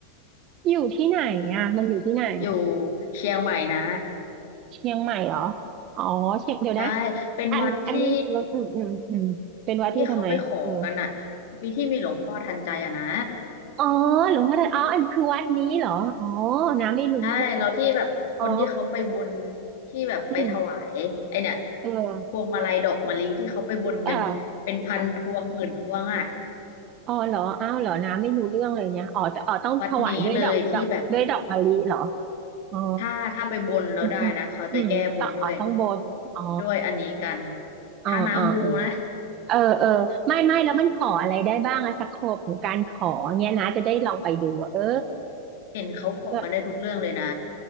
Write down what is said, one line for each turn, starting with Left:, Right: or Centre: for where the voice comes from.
Right: อยู่ที่ไหนอ่ะมันอยู่ที่ไหน
Left: ำอยู่เชียงใหม่นะ
Right: เชียงใหม่เหรออ๋อเชียงเดี๋ยวนะ
Left: ใช่เป็นวัดที่
Right: อันอันนี้มีรถอืมอืมอืมเป็นวัดที่ทำไมเออ
Left: ที่เขาไปขอกันอะมีที่มีหลวงพ่อทันใจอะนะ
Right: อ๋อหลวงพ่อทันอ๋ออันคือวัดนี้เหรออ๋อน้ำไม่รู้
Left: ใช่เราที่แบบคนที่เขาไปบน
Right: อ๋อ
Left: ที่แบบไปถวายไอเนี่ย
Right: อืมเออ
Left: พวงมาลัยดอกมะลิที่เขาไปบนกันเป็นพันพวงหมื่นพวงอ่ะ
Right: เอออ๋อเหรออ้าวเหรอน้ำไม่รู้เรื่องเลยเนี่ยอ๋อจะอ๋อต้องถวายด้วยดอกดอกด้วยดอกมะลิเหรอ
Left: วัดนี้เลยที่แบบ
Right: อ๋อ
Left: ถ้าถ้าไปบนแล้วได้นะเขาจะแก้บนด้วย
Right: อืมอืมอืมต้องขอต้องบนอ๋อ
Left: ด้วยอันนี้กัน
Right: อ๋ออ๋ออ๋อ
Left: ถ้าน้ามูนะ
Right: เออเออไม่ไม่แล้วมันขออะไรได้บ้างอะสโคปของการขอเนี่ยนะจะได้ลองไปดูอะเออ
Left: เห็นเขาขอกันได้ทุกเรื่องเลยนะ
Right: แบบ